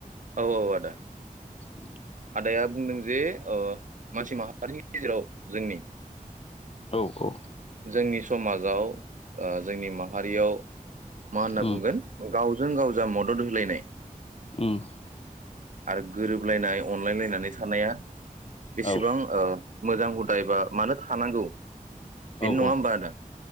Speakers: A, on the right (about 60°); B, on the left (about 40°).
A: औ औ आदा
B: <inaudible>
A: आदाया बुंदों जे ओ मानसि माहारिनि गेजेराव जोंनि
B: औ औ
A: जोंनि समाजाव ओ जोंनि माहारियाव मा होनना
B: उम
A: बुंगोन गाव जों गाव जा मदद होलायनाय।
B: उम
A: आरो गोरोबलायनाय। अनलाय लायनानै थानाया बेसेबां
B: औ
A: ओ मोजां हुदाय एबा मानो थानांगौ। बेनो
B: औ औ
A: नङा होमबा आदा